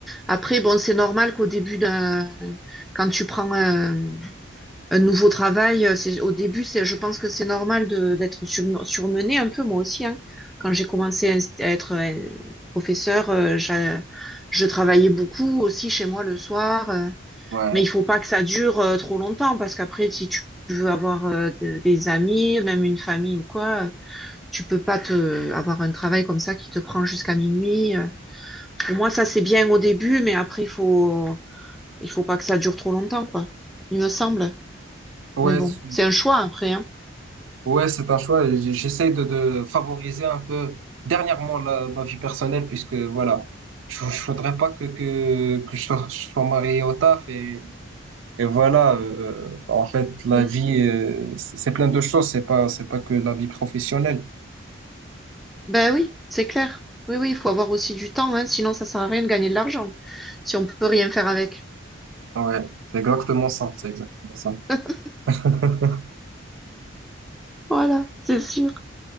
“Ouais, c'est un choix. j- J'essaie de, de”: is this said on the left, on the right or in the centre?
Right